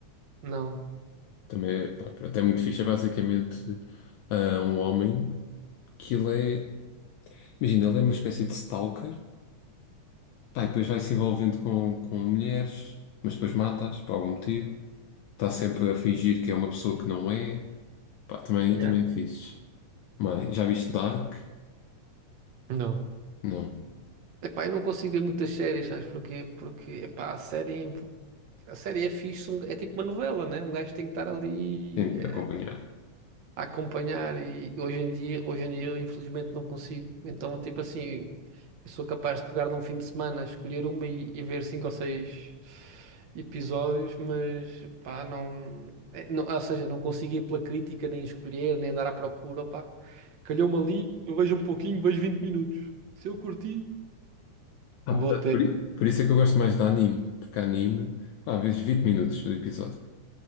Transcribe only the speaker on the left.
Também, é, pá, pronto, é muito fixe. É basicamente ah, um homem que ele é. Imagina, ele é uma espécie de stalker, pá, e depois vai se envolvendo com, com mulheres, mas depois mata-as por algum motivo. Está sempre a fingir que é uma pessoa que não é. Pá, também,
também é fixe. Mas já viste Dark?
Não.
Tem
de acompanhar.
Ah,
portanto,
por, i- por isso é que eu gosto mais de anime, porque anime, pá, às vezes 20 minutos do episódio.